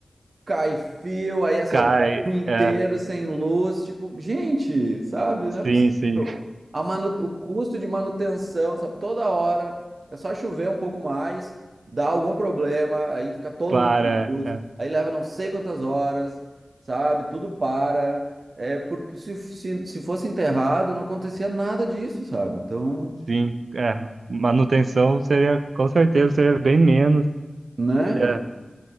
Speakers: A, on the right (about 60°); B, on the right (about 80°).
A: cai fio, aí assim,
B: Cai,
A: ó, o bairro inteiro
B: é.
A: sem luz, tipo, gente, sabe?
B: Sim,
A: Não é possível.
B: sim.
A: A manu... O custo de manutenção, sabe? Toda hora é só chover um pouco mais, dá algum problema, aí fica todo
B: Para,
A: mundo sem luz,
B: é.
A: aí leva não sei quantas horas, sabe? Tudo para. É porque se, se, se fosse enterrado, não acontecia nada disso, sabe? Então,
B: Sim, é. Manutenção seria, com certeza, seria bem menos.
A: né?
B: É,